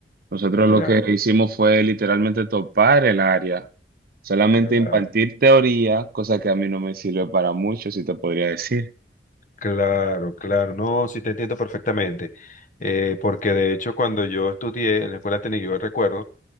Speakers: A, on the right; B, on the left.
A: nosotros
B: Claro.
A: lo que hicimos fue literalmente topar el área, solamente
B: Claro,
A: impartir teoría, cosa que a mí no me sirvió para mucho, si te podría decir.
B: claro, claro. No, sí te entiendo perfectamente. Eh, porque de hecho cuando yo estudié en la escuela técnica, yo recuerdo